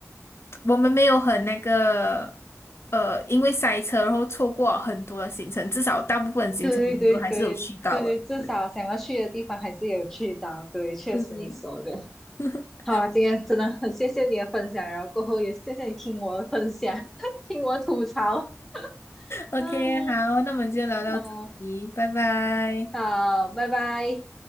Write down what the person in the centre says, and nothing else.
对对对对对，至少想要去的地方还是有去到。
对，确实你说的。
好啊，今天真的很谢谢你的分享，然后过后也谢谢你听我的分享，<laughs> 听我吐槽。
嗯，
好，
好，拜拜。